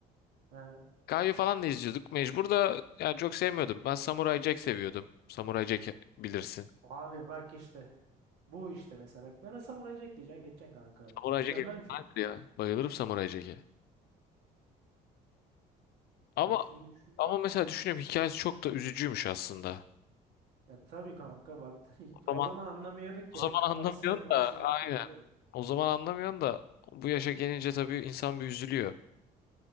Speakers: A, on the right (about 80°); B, on the left (about 70°).
A: He.
B: Kayu falan da izliyorduk. Mecbur da yani çok sevmiyordum. Ben Samurai Jack seviyordum. Samurai Jack bilirsin.
A: Abi bak işte. Bu işte mesela bak bana Samurai Jack diyeceksin geçeceksin kanka.
B: Samurai
A: Mükemmel
B: Jack efsanedir
A: bir şeydi.
B: ya. Bayılırım Samurai Jack'e. Ama
A: Ya şimdi düşün.
B: Ama mesela düşünüyorum hikayesi çok da üzücüymüş aslında.
A: Ya tabii kanka bak <laughs> ilk-
B: O
A: o
B: zaman
A: zaman anlamıyorduk
B: o
A: ya.
B: zaman anlamıyorsun
A: Aksiyon maksiyon
B: da aynen.
A: akıyor gidiyordu.
B: O zaman anlamıyorsun da bu yaşa gelince tabii insan bir üzülüyor.